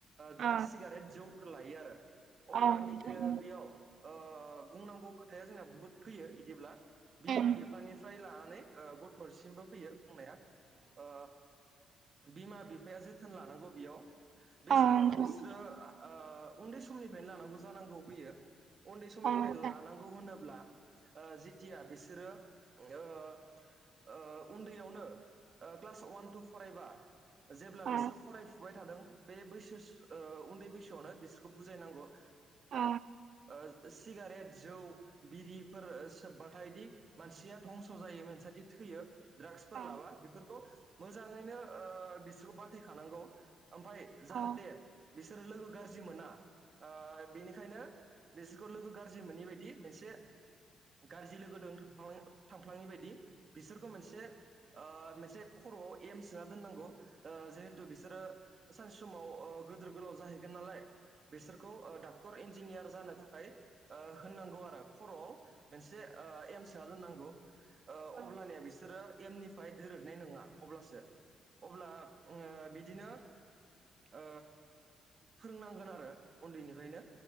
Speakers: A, on the right; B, on the right.
A: अ
B: द्रागस सिगारेट जौफोर लायो आरो अब्ला
A: अ नोंथां
B: बि बेयाव ओ बुंनांगौ खोथाया जोंना बुहुद फैयो इदिब्ला बिमा
A: उम
B: बिफानिफ्राय लानानै अ गथ'सिमबो फैयो बुंनाया अ बिमा बिफाया जोथोन लानांगौ बेयाव बे
A: अ
B: समाव
A: नोंथां
B: बिसोरो ओ उन्दै समनिफ्रायनो लानांगौ जानांगौ फैयो उन्दै समनिफ्राय
A: अ नोंथां
B: लानांगौ होनोब्ला जिथिया बिसोरो अ अ उन्दैयावनो ओ क्लास वान तु फरायबा जेब्ला
A: अ
B: बिसोर फराय फुबाय थादों बे बैसो ओ उन्दै बैसोयावनो बुजायनांगौ ओ
A: अ
B: अ सिगारेट जौ बिरिफोर सोबबाथाय दि मानसिया धंस' जायो मानसियादि थैयो ड्राग्सफोर
A: अ
B: लाबा बेफोरखौ मोजाङैनो अ बिसोरखौ बथायखानांगौ ओमफाय जाहाथे
A: अ
B: बिसोरो लोगो गाज्रि मोना अ बेनिखायनो बेसोरखौ लोगो गाज्रि मोनै बायदि मोनसे गाज्रि लोगो दां थांफ्लाङि बायदि बिसोरखौ मोनसे अ मोनसे खर'आव एम सोना दोननांगौ अ जेहे सानसे समाव अ गोदोर गोलाव जाहैगोन नालाय बिसोरखौ अ डाक्टर इन्जिनियार जानो थाखाय अ होननांगौ आरो खर'आव मोनसे अ एम सोना दोननांगौ अब्लानिया
A: अ
B: बिसोरो एम निफ्राय दोरनाय नङा अब्लासो अब्ला अ बिदिनो अ फोरोंनांगोन आरो उन्दैनिफ्रायनो